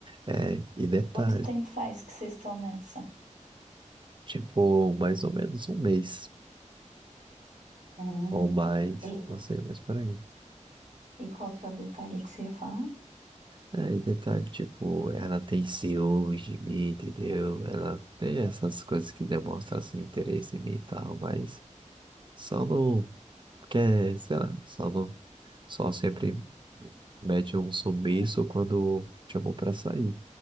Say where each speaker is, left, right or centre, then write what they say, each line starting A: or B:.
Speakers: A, on the right; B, on the right.
A: É, e detalhe.
B: Quanto tempo faz que vocês estão nessa?
A: Tipo, mais ou menos um mês.
B: Hum.
A: Ou mais,
B: E,
A: não sei, mas por aí.
B: e qual que é o detalhe que você ia falar?
A: É, e detalhe, tipo, ela tem ciúmes de mim, entendeu? Ela tem essas coisas que demonstram, assim, interesse em mim e tal, mas só não quer, sei lá, só não, só sempre mete um sumiço quando chamou pra sair.